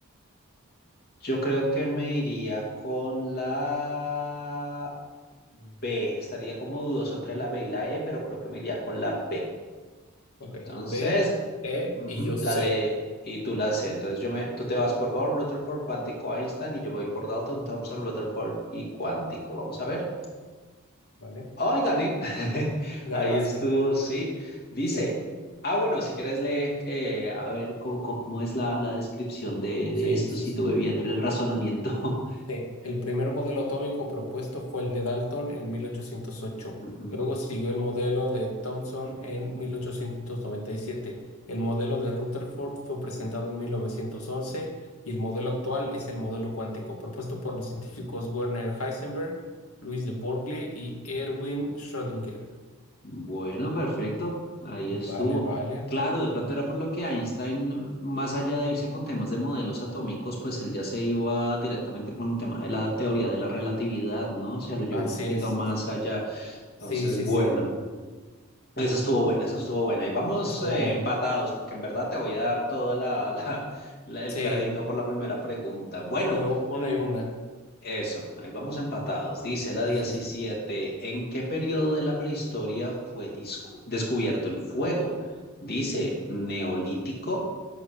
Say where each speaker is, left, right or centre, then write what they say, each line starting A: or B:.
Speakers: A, on the left (about 45°); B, on the left (about 80°).
A: Yo creo que me iría con la B. Estaría como dudoso entre la B y la E, pero creo que me iría con la B.
B: Ok.
A: Entonces,
B: B, E
A: Ujú.
B: y yo
A: la
B: C.
A: de, y tú la C. Entonces, yo me, tú te vas por Bohr, Rutherford, cuántico, Einstein, y yo voy por Dalton, thomson, Rutherford y cuántico. Vamos a ver.
B: ¿Vale?
A: ¡Ay, gané! <laughs> Ahí
B: Ganaste.
A: estuvo, sí. Dice,
B: Sí,
A: ah, bueno, si quieres lee, eh, a ver, co- co- cómo, es la, la descripción de,
B: sí,
A: de esto,
B: sí,
A: si
B: sí.
A: tuve bien el razonamiento.
B: Sí, el primer modelo atómico propuesto fue el de Dalton en mil ochocientos ocho.
A: <laughs> Ujú.
B: Luego siguió el modelo de Thomson en 1897. El modelo de Rutherford fue presentado en 1911 y el modelo actual es el modelo cuántico, propuesto por los científicos Werner Heisenberg, Luis de Broglie y Erwin Schrödinger.
A: Bueno, perfecto. Ahí
B: Vale,
A: estuvo.
B: vale.
A: Claro, de pronto era por lo que Einstein, más allá de irse con temas de modelos atómicos, pues él ya se iba directamente con el tema de la teoría de la relatividad, ¿no? Se lo llevó
B: Así
A: un poquito
B: es.
A: más allá. Entonces,
B: Sí, sí,
A: bueno,
B: sí.
A: eso estuvo bueno, eso estuvo bueno. Y vamos
B: Estuvo
A: eh,
B: bueno.
A: empatados, porque en verdad te voy a dar toda la, <laughs> la- la- el
B: Sí,
A: crédito por la primera pregunta. Bueno,
B: fue una y una.
A: eso, ahí vamos empatados. Dice la 17.
B: Sí, sí, sí.
A: ¿en qué periodo de la prehistoria fue discu- descubierto el fuego? Dice neolítico,